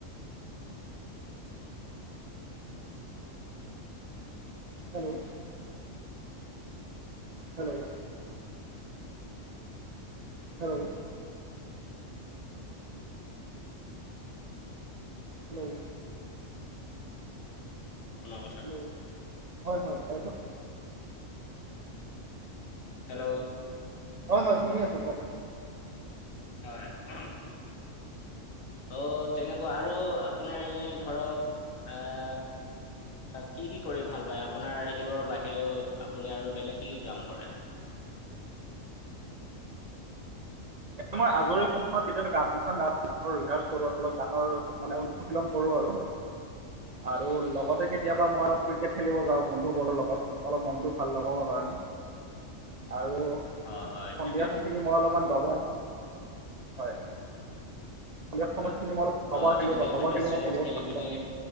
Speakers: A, on the right; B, on the left.
A: হেল্ল'? হেল্ল? হেল্ল'? হেল্ল?
B: আপোনাৰ কথাটো
A: হেল্ল'? হয় হয় তাৰপিছত?
B: হেল্ল'?
A: হয় হয় শুনি আছো কওক?
B: হয় অহ অ তেনেকুৱা আৰু আপোনাৰ এনে ধৰক আহ আ কি কি কৰি ভাল পায় আপোনাৰ সেইবোৰৰ বাহিৰেও আপুনি আৰু বেলেগ কি কি কাম কৰে?
A: এ মই আজৰি সময়ত কেতিয়াবা গান চান গান ৰিহাৰছ কৰোঁ অলপ গানৰ মানে অনুশীলন কৰোঁ আৰু। আৰু লগতে কেতিয়াবা মই অলপ ক্ৰিকেট খেলিব যাওঁ বন্ধুবোৰৰ লগত। অলপ মনটো ভাল লগাবৰ কাৰণে আৰু
B: হয় হয়
A: সন্ধিয়া
B: ক্ৰিকেট
A: সময়খিনি মই অলপমান ডবা হয়, খো
B: হয়
A: <inaudible>
B: অ'
A: খেল
B: তেনেকে
A: মই
B: ক্ৰিকেট চ্ৰিকেট
A: বহুত
B: খেলি
A: ভাল
B: পিনি
A: পাওঁ।